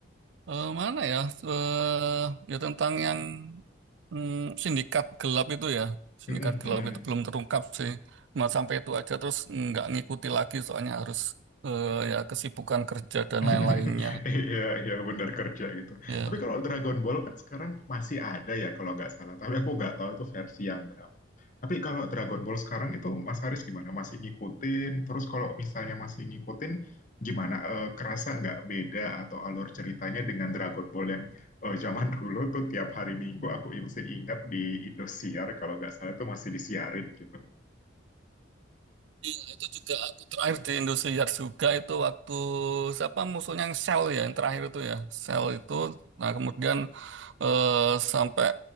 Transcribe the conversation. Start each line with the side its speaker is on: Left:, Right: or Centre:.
Right: eh, mana ya? Eh, ya tentang yang mm, sindikat gelap itu ya, sindikat
Left: Mm-mm,
Right: gelap
Left: mm-mm.
Right: itu belum terungkap sih, cuma sampai itu aja terus nggak ngikuti lagi soalnya harus eh, ya kesibukan kerja dan
Left: <laughs>
Right: lain-lainnya.
Left: Iya, iya benar kerja gitu.
Right: Ya.
Left: Tapi kalau Dragon Ball kan sekarang masih ada ya kalau nggak salah. Tapi aku nggak tahu itu versi yang berapa. Tapi kalau Dragon Ball sekarang itu Mas Haris gimana? Masih ngikutin? Terus kalau misalnya masih ngikutin, gimana? Eh, kerasa nggak beda atau alur ceritanya dengan Dragon Ball yang eh, zaman <laughs> dulu tuh tiap hari Minggu aku masih ingat di Indosiar kalau nggak salah itu masih disiarin gitu.
Right: Iya, itu juga aku terakhir di Indosiar juga itu waktu siapa musuhnya yang Shell ya yang terakhir itu ya Shell itu nah kemudian eh, sampai